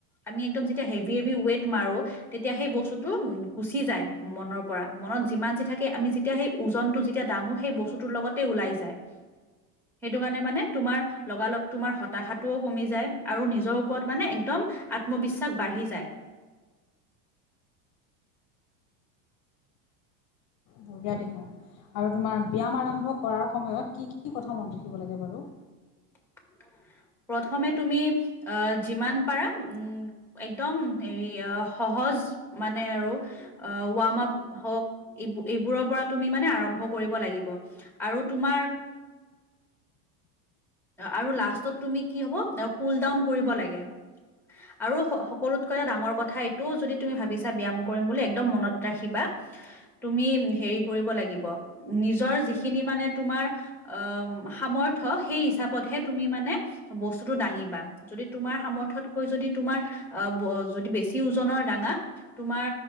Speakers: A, in the centre; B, on the left.
A: আমি একদম যেতিয়া হেভি হেভি ৱেইট মাৰো তেতিয়া সেই বস্তুটো গুচি যায় মনৰ পৰা মনত যিমান যি থাকে আমি যেতিয়া সেই ওজনটো যেতিয়া দাঙো সেই বস্তুতৰ লগতে ওলাই যায়। সেইটো কাৰণে মানে তোমাৰ লগালগ তোমাৰ হতাশাটোও কমি যায় আৰু নিজৰ ওপৰত মানে একদম আত্মবিশ্বাস বাঢ়ি যায়।
B: বঢ়িয়া দেখুন আৰু তোমাৰ ব্যয়াম আৰম্ভ কৰাৰ সময়ত কি কি কথা মনত ৰাখিব লাগে বাৰু
A: <inaudible> প্ৰথমে তুমি আহ যিমান পাৰা উম একদম হেৰি সহজ সহজ মানে আৰু অঁ ৱাৰ্মৰ্ক হওক এইবোৰৰ পৰা তুমি মানে আৰম্ভ কৰি কৰিব লাগিব, আৰু তোমাৰ আৰু লাষ্ট তুমি কি হব কুল ডাউন কৰিব লাগে আৰু সকলোতকৈ এটা ডাঙৰ কথা এইটোও যদি তুমি ভাবিছা ব্যায়াম কৰিম বুলি একদম মনত ৰাখিবা <inaudible> তুমি হেৰি কৰিব লাগিব নিজৰ যিখিনি মানে তোমাৰ অ সাম অৰ্থ সেই হিচাপতহে তুমি মানে বস্তুতটো দাঙিবা যদি তোমাৰ সামৰ্থতকৈ যদি তোমাৰ আহ যদি বেছি ওজনৰ দাঙা তোমাৰ